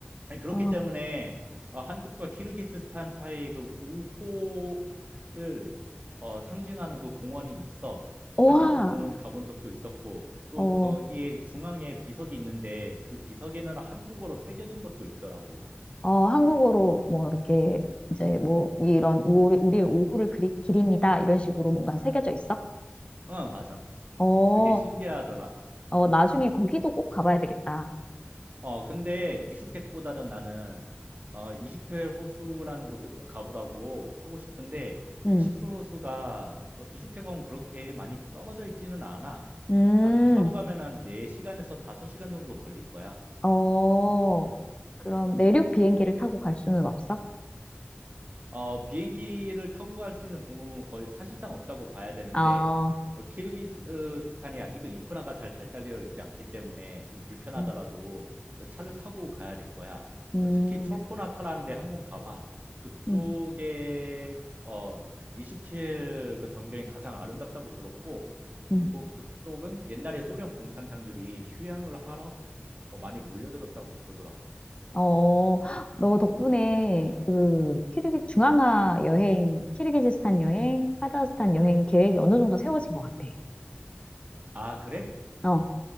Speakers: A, on the right (about 45°); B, on the left (about 30°).
A: 아니, 그렇기
B: 어,
A: 때문에 어, 한국과 키르기스스탄 사이의 그 우호를 어, 상징하는 그 공원이 있어. 사실
B: 와,
A: 그 공원 가본 적도 있었고 또
B: 어,
A: 거기에 중앙에 비석이 있는데 그 비석에는 한국어로 새겨진 것도 있더라고.
B: 어, 한국어로 뭐, 이렇게, 이제 뭐, 이런, 우리, 우리의 오후를 그리, 기립니다. 이런 식으로 뭔가 새겨져 있어?
A: 어, 맞아.
B: 어,
A: 그게 신기하더라.
B: 어, 나중에 거기도 꼭 가봐야 되겠다.
A: 어, 근데 비슈케크보다는 나는 어, 이시클 호수라는 곳을 꼭 가보라고 하고 싶은데
B: 음,
A: 이시클 호수가 비슈케크하고 그렇게 많이 떨어져 있지는 않아.
B: 음,
A: 한 차로 가면 한 4시간에서 5시간 정도 걸릴 거야.
B: 어, 그럼 내륙 비행기를 타고 갈 수는 없어?
A: 어, 비행기를 타고 갈 수 있는 방법은 거의 사실상 없다고 봐야 되는데
B: 아,
A: 어, 키르기스탄이 아직은 인프라가 잘 발달되어 있지 않기 때문에 좀 불편하더라도
B: 어,
A: 차를 타고 가야 될 거야.
B: 음.
A: 어, 특히 촐포나타라는 데 한번 가봐. 그쪽에
B: 음.
A: 어, 이슈킬 그 전경이 가장 아름답다고 들었고 그리고
B: 음.
A: 그쪽은 옛날에 소련 공산당들이 휴양을 하러 어, 많이 몰려들었다고 그러더라고.
B: 어, 너 덕분에 그 키르기 중앙아 여행, 키르기즈스탄 여행, 카자흐스탄 여행 계획이 어느 정도 세워진 것 같아.
A: 아, 그래?
B: 어,